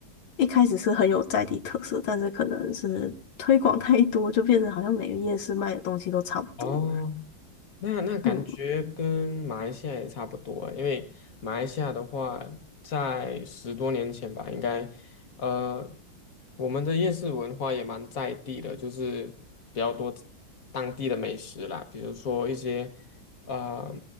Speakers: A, on the left; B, on the left.
A: 一开始是很有在地特色，但是可能是推广太多，就变成好像每个夜市卖的东西都差不多。
B: 哦那那感觉跟马来西亚也差不多欸因为马来西亚的话，
A: 嗯，
B: 在十多年前吧，应该，呃，我们的夜市文化也蛮在地的，就是比较多当地的美食啦，比如说一些呃